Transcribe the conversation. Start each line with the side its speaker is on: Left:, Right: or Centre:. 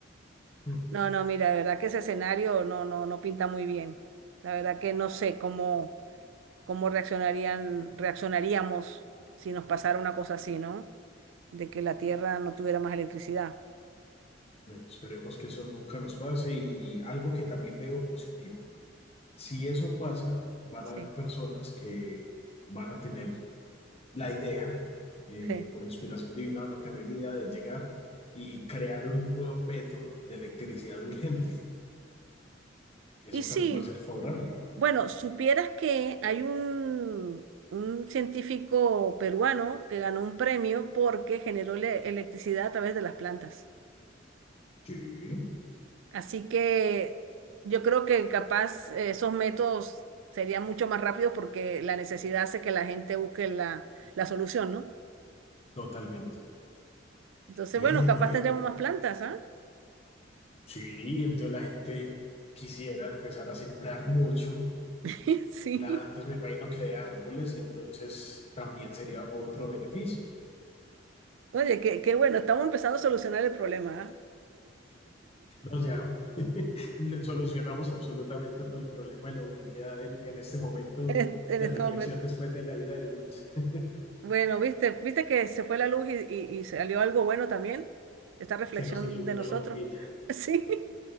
Left: Mm.
Right: No, no, mira, de verdad que ese escenario no, no, no pinta muy bien. La verdad que no sé cómo, cómo reaccionarían, reaccionaríamos si nos pasara una cosa así, ¿no? De que la Tierra no tuviera más electricidad.
Left: Bueno, esperemos que eso nunca nos pase y algo que también veo positivo. Si eso pasa, van
Right: Sí.
Left: a haber personas que van a tener la idea, eh,
Right: <laughs> Sí.
Left: por inspiración divina, van a tener la idea de llegar y crear un nuevo método de electricidad urgente. Eso
Right: Y sí.
Left: también va a ser favorable.
Right: Bueno, supieras que hay un, un científico peruano que ganó un premio porque generó ele- electricidad a través de las plantas.
Left: Sí,
Right: Así que yo creo que capaz eh, esos métodos serían mucho más rápidos porque la necesidad hace que la gente busque la, la solución, ¿no?
Left: totalmente.
Right: Entonces,
Left: Ve,
Right: bueno, capaz
Left: no había
Right: tendremos
Left: que...
Right: más plantas, ¿ah?
Left: Sí, entonces la gente quisiera empezar a sembrar mucho
Right: <laughs> Sí.
Left: plantas, me imagino que de árboles, y entonces también sería otro beneficio.
Right: Oye, qué, qué bueno, estamos empezando a solucionar el problema, ¿ah? <laughs>
Left: No, ya, le- solucionamos absolutamente todo el problema de la humanidad en, en este momento
Right: En este
Left: de
Right: en este
Left: reflexión
Right: momento.
Left: después de la ida de la luz. <laughs>
Right: Bueno, viste, viste que se fue la luz y, y, y salió algo bueno también, esta reflexión
Left: Se nos iluminó
Right: de nosotros.
Left: la bombilla.
Right: <laughs> Sí,